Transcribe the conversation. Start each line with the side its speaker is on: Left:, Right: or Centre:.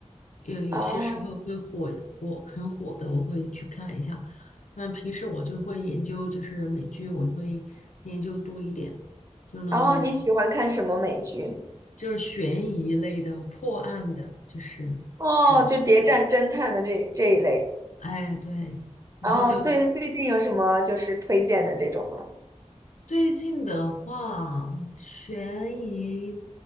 Left: 有有些时候会火火很火的，
Right: 哦
Left: 我会去看一下。那平时我就会研究，就是美剧，我会研究多一点，就是那种
Right: 哦，你喜欢看什么美剧？
Left: 就是悬疑类的、破案的，就是之类的。
Right: 哦，就谍战侦探的这这一类。
Left: 哎，对，然后就会。
Right: 哦，最最近有什么就是推荐的这种吗？
Left: 最近的话，悬疑，